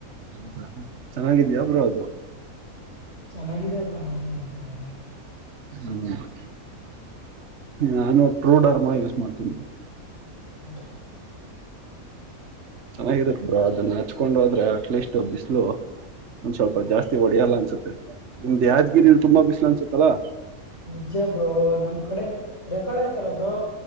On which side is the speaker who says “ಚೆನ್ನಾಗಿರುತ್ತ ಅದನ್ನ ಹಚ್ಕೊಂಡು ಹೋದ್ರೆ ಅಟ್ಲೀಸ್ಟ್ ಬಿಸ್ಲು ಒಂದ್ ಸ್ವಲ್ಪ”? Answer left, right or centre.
Right